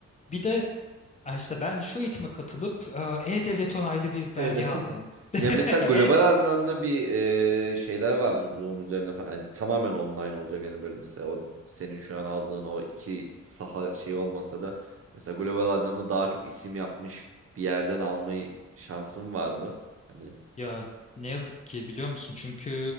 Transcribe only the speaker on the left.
Bir de "Ha işte ben şu eğitime katılıp e, E-Devlet onaylı bir belge
aldım. <laughs>
Evet.
Ya ne yazık ki biliyor musun? Çünkü